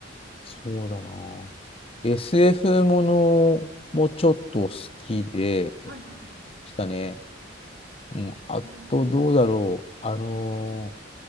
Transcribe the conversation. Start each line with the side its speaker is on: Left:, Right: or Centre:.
Left: そうだな。SF ものもちょっと好きで
Right: はいはいはい。
Left: したね。うん、
Right: うん、
Left: あと、どうだろう。あのー